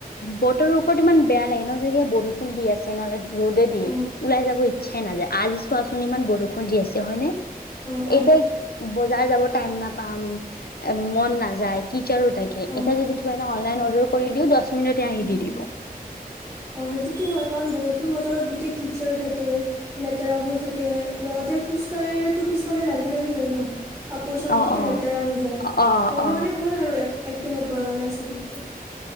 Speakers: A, on the left; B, on the right.
A: বতৰৰ ওপৰত ইমান বেয়া লাগে ন' যে কিবা বৰষুণ দি আছে নহ'লে ৰ'দে দিয়ে,
B: অ
A: ওলাই যাব ইচ্ছাই নাযায় আজি চোৱাচো <unintelligible> ইমান বৰষুণ দি আছে হয় নে?
B: অ অ
A: এইটোৱে, বজাৰ যাব টাইম নাপ পাম, মন নাযায় কি চা এ
B: অ
A: এতিয়া যদি কিবা এটা অনলাইন হল <unintelligible> কৰি দিওঁ দশ মিনিটে আহি
B: উম
A: দি দিব।
B: অ', সেইটোতো হয় কাৰণ বৰষুণ বতৰত গোটেই কিচাৰ থাকে, লেতেৰাবোৰ থাকে। লওঁতে খোজকাঢ়িলে তো পিছফালে লাগি লাগি যায় ন কাপোৰ চাপোৰ
A: অ
B: গোটেই
A: অ
B: লেতেৰা হৈ যায়
A: অ
B: সেইকাৰণে
A: অ
B: ভাল আৰু পৰা অনলাইন শ্বিটো